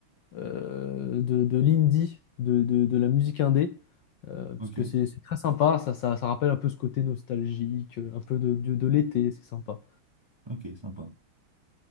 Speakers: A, on the left; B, on the right.
A: euh, de, de l'indie, de, de- de la musique indé, euh, parce
B: Ok,
A: que c'est c'est très sympa, ça, ça, ça rappelle un peu ce côté nostalgique, euh, un peu de, de, de l'été, c'est sympa.
B: ok, sympa.